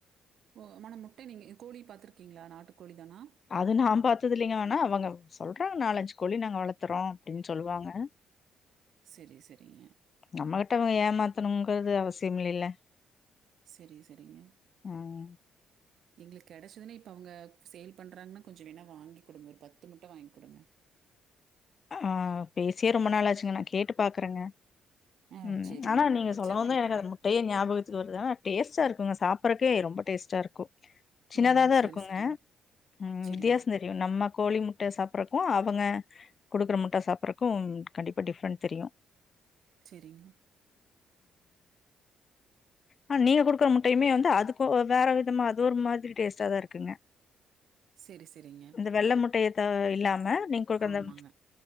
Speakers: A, on the right; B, on the left.
A: ஓ மண முட்டை நீங்க கோழி பாத்துருக்கீங்ளா நாட்டுக்கோழி தானா
B: அது நா பாத்ததில்லிங்க ஆனா அவங்க சொல்றாங்க நாலஞ்சு கோழி நாங்க வளத்துறோ அப்டின்னு சொல்லுவாங்க
A: செரி செரிங்க
B: நம்மகிட்ட அவங்க ஏமாத்தணுங்குறது அவசியம் இல்லைல்ல
A: செரி செரிங்க
B: ம்
A: எங்களுக்கு கெடச்சுதுன்னா இப்ப அவுங்க சேல் பண்றாங்கன்னா கொஞ்சொ வேன்ணா வாங்கி குடுங்க ஒரு பத்து முட்ட வாங்கி குடுங்க
B: ஆ பேசியே ரொம்ப நாளாச்சுங்க நா கேட்டு பாக்குறங்க
A: ஆ
B: ம்
A: சரிங்க
B: ஆனா நீங்க
A: கிடைச்சா
B: சொல்லமொதுதா
A: வாங்கித்தாங்க
B: எனக்கு அது முட் டையே ஞாபகத்துக்கு வருதுனா டேஸ்டா இருக்குங்க சாப்புறக்கே ரொம்ப டேஸ்டா இருக்கு சின்னதா
A: ஓ
B: தா
A: சரி
B: இருக்குங்க
A: சரிங்க
B: ம்
A: சரிங்க
B: வித்தியாசோ தெரி யு நம்ம கோழி முட்ட சாப்புறக்கு அவுங்க குடுக்குற முட்ட சாப்புறக்கு கண்டிப்பா டிஃப்ரெண்ட் தெரியு
A: செரிங்க
B: ஆ நீங்க குடுக்குற முட்டையுமே வந்து அதுக்கு வேற விதமா அது ஒரு மாதிரி டேஸ்ட்டா தா இருக்குங்க
A: செரி செரிங்க
B: இந்த வெள்ள முட்டைய த இல்லாம நீங்க கொடுக்கந்த
A: ஆமாங்க.